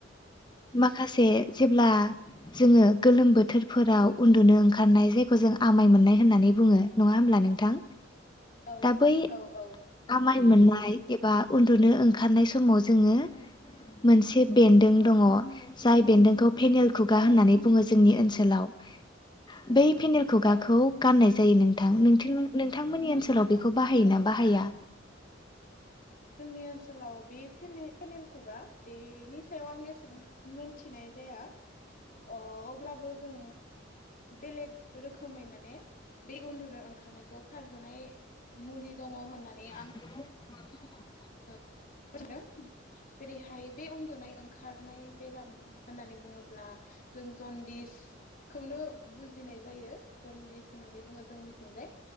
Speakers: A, on the left (about 25°); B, on the left (about 45°).
A: माखासे जेब्ला जोङो गोलोम बोथोरफोराव उन्दुनो ओंखारनाय जायखौ जों आमाय मोननाय होननानै बुङो नङा होमब्ला नों थां
B: औ
A: दा बै
B: औ औ
A: आमाय मोन एबा उन्दुनो ओंखारनाय समाव जोङो मोनसे बेन्दों दङ जाय बेन्दों खौ फेनेल खुगा
B: औ
A: होननानै बुङो जोंनि ओनसो सोलाव बे पेनेल खुगाखौ
B: औ
A: गाननाय जायो थां नोंथांमोननि ओनसोलाव बेखौ बाहायोना बाहाया?
B: जोंनि ओनसोलाव बे फे-फेनेल खुगा बेनि सायाव आं एसे मोनथिनाय जाया अ अब्लाबो जों बेलेग रोखोमै माने बे उन्दुनो ओंखारनायखौ खारहोनाय मुलि दङ होननानै आं
A: <unintelligible>
B: <unintelligible> जेरैहाय बे उ ओनाय ओंखारनाय बेराम होननानै बुङोब्ला जों जनदिस खौनो बुजिनाय जायो जनदिस होननानै बुङो जोंनि जाय